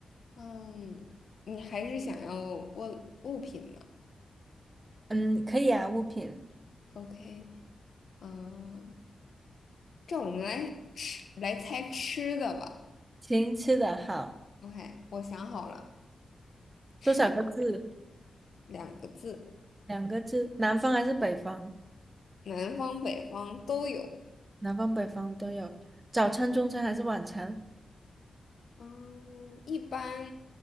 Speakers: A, on the left; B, on the right.
A: 嗯，你还是想要问物品吗
B: 嗯，可以啊，物品。
A: ？OK，嗯，这我们来吃来猜吃的吧。
B: 行，吃的好，
A: OK，我想好了。吃
B: 多少个字？
A: 两个字，
B: 两个字。南方还是北方？
A: 南方北方都有。
B: 南方北方都有。早餐、中餐还是晚餐？
A: 嗯，一般